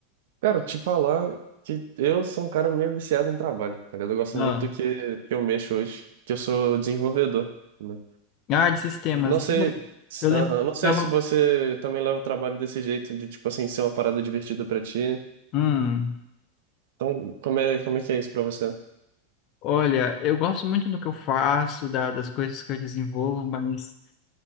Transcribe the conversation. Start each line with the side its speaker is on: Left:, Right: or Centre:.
Right: Cara, te falar que eu sou um cara meio viciado em trabalho, tá ligado? Eu gosto
Left: Ah,
Right: muito do que, que eu mexo hoje, que eu sou desenvolvedor, né?
Left: ah, de sistemas.
Right: Não
Left: Eu
Right: sei,
Left: eu lembro
Right: aham,
Left: que
Right: não sei
Left: tava.
Right: se você também leva o trabalho desse jeito, de, tipo assim, ser uma parada divertida pra ti.
Left: Hum,
Right: Então, como é, como é que é isso pra você?
Left: olha, eu gosto muito do que eu faço, da- das coisas que eu desenvolvo, mas